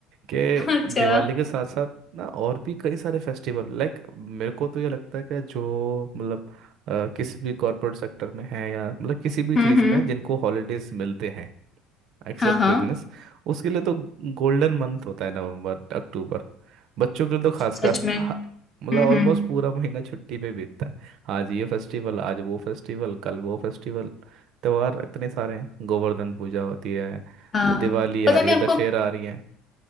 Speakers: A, on the right; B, on the left.
A: कि
B: अच्छा
A: दिवाली के साथ साथ ना और भी कई सारे फेस्टिवल लाइक मेरे को तो ये लगता है कि जो मतलब अ, किसी भी कॉरपोरेट सेक्टर में है या मतलब किसी भी
B: हम्म
A: चीज़
B: हम्म
A: में जिनको हॉलीडेज मिलते हैं एक्सेप्ट
B: हाँ हाँ
A: बिजनेस उसके लिए तो गोल्डन मंथ होता है नवंबर अक्टूबर बच्चों के लिए तो खासकर
B: सच में
A: हा-
B: हम्म
A: मतलब ऑलमोस्ट
B: हम्म
A: पूरा महीना छुट्टी पे बीतता है आज ये फेस्टिवल आज वो फेस्टिवल कल वो फेस्टिवल त्योहार इतने सारे हैं गोवर्धन पूजा होती है
B: हाँ
A: दिवाली
B: पता
A: आ रही
B: नहीं
A: है
B: आपको
A: दशहरा आ रही है